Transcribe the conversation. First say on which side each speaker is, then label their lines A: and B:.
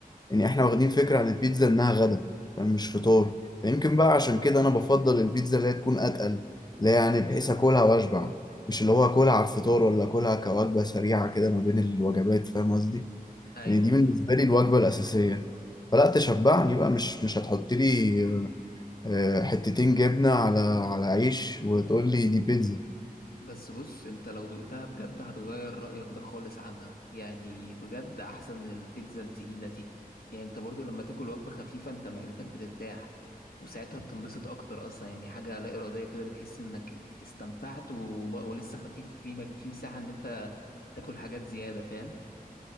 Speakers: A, on the left (about 25°); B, on the left (about 75°).
A: يعني إحنا واخدين فكرة عن البيتزا إنها غدا فاهم مش فطار فيمكن بقى عشان كده أنا بفضل البيتزا اللي هي تكون أتقل اللي هي يعني بحيث أكلها وأشبع مش اللي هو أكلها على الفطار ولا أكلها كوجبة سريعة كده ما بين الوجبات فاهم قصدي؟
B: أيوه
A: يعني دي بالنسبة لي الوجبة الأساسية فلا تشبعني بقى مش مش هتحط لي آه، حتتين جبنة على على عيش وتقول لي دي بيتزا
B: بس بص انت لو دقتها بجد هتغير رأيك ده خالص عنها يعني بجد احسن من البيتزا التقيلة دي يعني انت برضو لما تاكل وجبة خفيفة انت معدتك بترتاح وساعتها بتنبسط اكتر اصلا يعني حاجة لا ارادية كده بتحس انك استمتعت وب- ولسه خفيف في مك... في مساحة ان انت تاكل حاجات زيادة فاهم